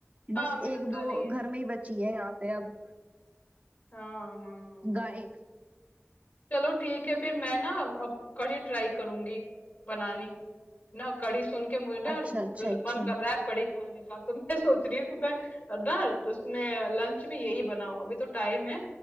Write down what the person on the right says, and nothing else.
बस
एक दो
घर
में ही बची है यहाँ पे अब
गाय
अच्छा
अच्छा अच्छा